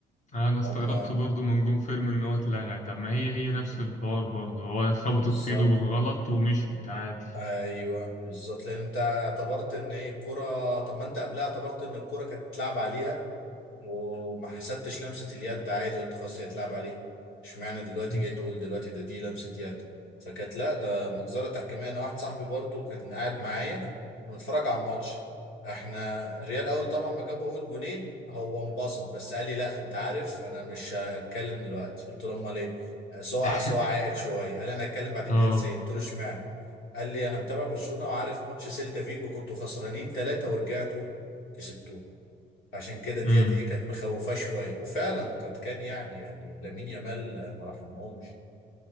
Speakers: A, on the left (about 35°); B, on the left (about 80°).
A: انا استغربت
B: هما
A: برضو من جون فيرمين ان هو اتلغى طب ما هي هي نفس
B: مم.
A: الحوار برضو هو خبطت
B: بالظبط
A: في ايده بالغلط ومشيت عادي
B: ايوه بالظبط لان انت اعتبرت ان ايه الكرة طب ما انت قبلها اعتبرت ان الكرة كانت اتلعب عليها وما حسدتش لمسة اليد عادي قلت خلاص هي اتلعب عليه اشمعنى دلوقتي
A: بالظبط.
B: جاي تقول دلوقتي ده دي لمسة يد فكانت لا ده مجزرة تحكيمية انا واحد صاحبي برضو كان قاعد معايا ونتفرج على الماتش احنا الريال اول طبعا ما جابوا اول جونين هو انبسط بس قال لي لا انت عارف انا مش هتكلم دلوقتي قلت له امال ايه أصل هو
A: <laughs>
B: أصل هو عاقل شويه قال انا هتكلم بعد الدقيقه
A: اه
B: 90 قلت له اشمعنى قال لي انا متابع برشلونه وعارف ماتش سيلتا فيجو كنتوا خسرانين ثلاثه ورجعتوا كسبتوا عشان كده ديت
A: امم
B: ايه كانت مخوفاه شويه وفعلا قد كان يعني يعني لامين يامال آه، ما رحمهمش